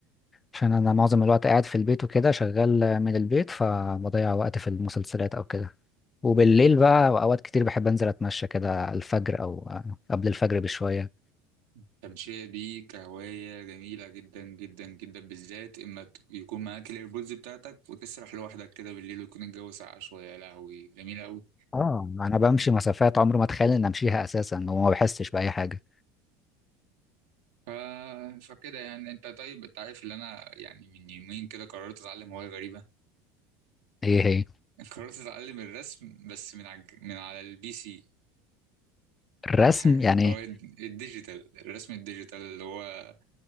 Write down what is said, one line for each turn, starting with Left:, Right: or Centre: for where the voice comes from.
Left: عشان انا معظم الوقت قاعد في البيت وكده شغال من البيت فبضيع وقت في المسلسلات او كده وبالليل بقى اوقات كتير بحب انزل اتمشى كده الفجر او قبل الفجر بشوية
Right: التمشية دي كهواية جميلة جدا جدا جدا بالذات إما ت- يكون معاك الإيربودز بتاعتك وتسرح لوحدك كده بالليل ويكون الجو ساقع شوية يا لهوي جميلة أوي
Left: اه انا بمشي مسافات عمري ما اتخيل ان امشيها اساسا وما بحسش باي حاجة
Right: ف... فكده يعني أنت طيب أنت عارف إن أنا يعني من يومين كده قررت أتعلم هواية غريبة
Left: ايه هي
Right: <laughs> قررت أتعلم الرسم بس من على الج- من على البي سي
Left: الرسم
Right: فاهم حاجة؟
Left: يعني
Right: <laughs> هو
Left: إيه؟
Right: الد- الديجيتال الرسم الديجيتال اللي هو